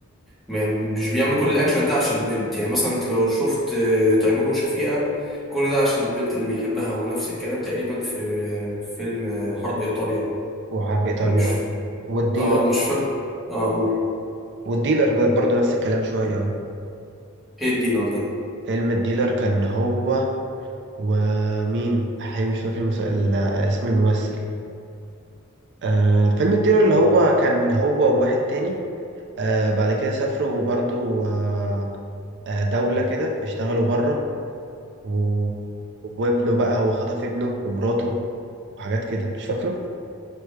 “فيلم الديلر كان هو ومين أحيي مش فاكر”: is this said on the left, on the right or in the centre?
Right